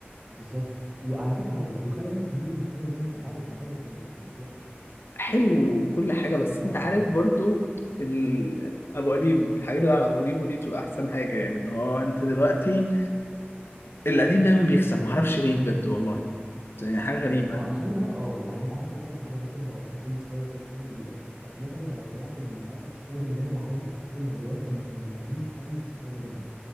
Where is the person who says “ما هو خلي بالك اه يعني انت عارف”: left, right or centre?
Right